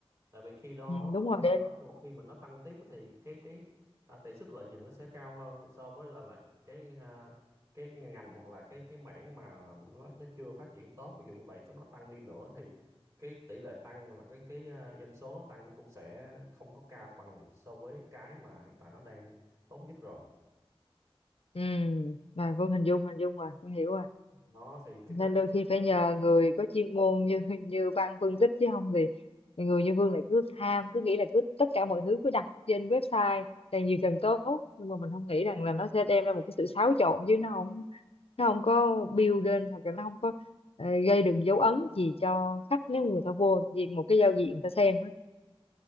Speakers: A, on the right; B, on the left.
A: tại vì khi đó
B: ừ, đúng rồi
A: khi
B: để
A: đó thì một khi mà nó tăng tiếp thì cái cái à, tỷ suất lợi nhuận nó sẽ cao hơn so với là là cái à, cái ngành hoặc là cái cái mảng mà nó nó chưa phát triển tốt ví dụ như vậy có nó tăng đi nữa thì cái tỷ lệ tăng là cái cái à, doanh số nó tăng nó cũng sẽ không có cao bằng so với cái mà hiện tại nó đang tốt nhất rồi
B: Ừ, rồi Vân hình dung hình dung rồi, Vân hiểu rồi.
A: đó thì cái cách
B: Nên đôi khi phải nhờ người có chuyên môn như <laughs> như Văn phân tích chứ không thì người như Vân lại cứ ham, cứ nghĩ là cứ tất cả mọi thứ cứ đặt trên website càng nhiều càng tốt, nhưng mà mình không nghĩ rằng là nó sẽ đem ra một cái sự xáo trộn chứ nó không nó không có build lên hoặc là nó không có ờ, gây được dấu ấn gì cho khách nếu người ta vô vì một cái giao diện người ta xem á.